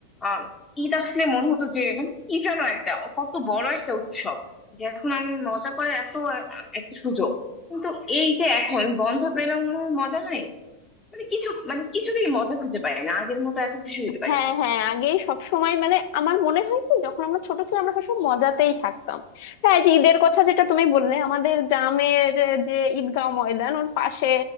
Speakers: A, on the left; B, on the left.
A: আহ, ঈদ আসলে মনে হতো যে মানে কি যেন একটা কত বড় একটা উৎসব যে এখন আমি মজা করার এত আহ, একটা সুযোগ কিন্তু এই যে এখন বন্ধ পেলেও মনে হয় মজা নাই মানে কিছু মানে কিছুতেই মজা খুঁজে পাই না আগের মতো এত খুশি হইতে পারি
B: হ্যাঁ
A: না।
B: হ্যাঁ আগে সব সময় মানে আমার মনে হয় কি যখন আমরা ছোট ছিলাম আমরা সবসময় মজাতেই থাকতাম হ্যাঁ এই যে ঈদের কথা যেটা তুমি বললে আমাদের গ্রামের আহ, যে ঈদগাঁও ময়দান ওর পাশে